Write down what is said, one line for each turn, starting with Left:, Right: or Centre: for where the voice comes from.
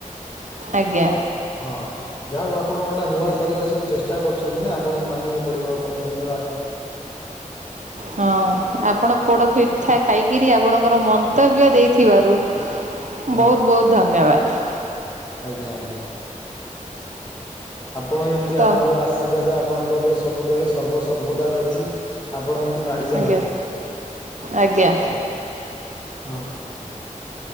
Right: ଆଜ୍ଞା
Left: ହଁ ଯା ହଉ ଆପଣ ଗୋଟେ ନୂଆ ତରିକା ସବୁ ଚେଷ୍ଟା କରୁଛନ୍ତି ନା ଆପଣଙ୍କୁ ମାନିବାକୁ ପଡିବ ଆପଣଙ୍କୁ ଧନ୍ୟବାଦ।
Right: ହଁ ଆପଣ ପୋଡ଼ପିଠା ଖାଇକିରି ଆପଣଙ୍କର ମନ୍ତବ୍ୟ ଦେଇଥିବାରୁ ବହୁତ
Left: ହଁ
Right: ବହୁତ ଧନ୍ୟବାଦ।
Left: ଆଜ୍ଞା ଆଜ୍ଞା ଆପଣ ଏମିତି
Right: ତ
Left: ମୋର ଆଶୀର୍ବାଦ ଆପଣଙ୍କ ଉପରେ ସବୁବେଳେ ସର୍ବ ସର୍ବଦା ରହିଛି। ଆପଡ଼ ଏମିତି ମାଡି ଚାଲନ୍ତୁ।
Right: ଆଜ୍ଞା ଆଜ୍ଞା
Left: ହଁ